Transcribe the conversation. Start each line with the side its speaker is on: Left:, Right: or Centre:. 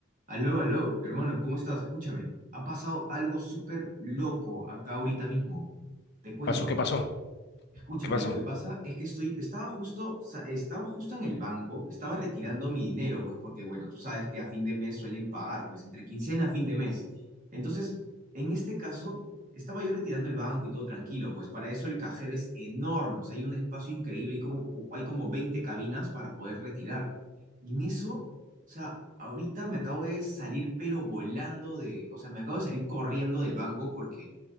Right: Aló, aló, hermanos, ¿cómo estás? Escúchame, ha pasado algo súper loco acá ahorita mismo. Te cuento,
Left: ¿Pasó? ¿Qué pasó?
Right: Escúchame,
Left: ¿Qué pasó?
Right: lo que pasa es que estoy, estaba justo, sa- estaba justo en el banco, estaba retirando mi dinero, pues porque, bueno, tú sabes que a fin de mes suelen pagar, pues entre quincena a fin de mes. Entonces, en este caso, estaba yo retirando el banco y todo tranquilo, pues para eso el cajero es enorme, o sea, hay un espacio increíble, hay como, hay como 20 cabinas para poder retirar. Y en eso, o sea, ahorita me acabo de salir, pero volando de, o sea, me acabo de salir corriendo del banco porque,